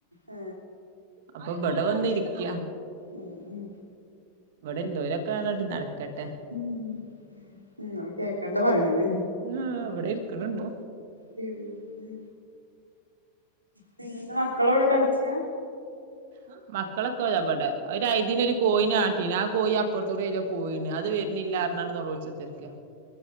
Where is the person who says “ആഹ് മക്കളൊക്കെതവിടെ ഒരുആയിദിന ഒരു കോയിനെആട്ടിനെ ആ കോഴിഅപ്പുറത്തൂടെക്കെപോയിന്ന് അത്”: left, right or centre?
Right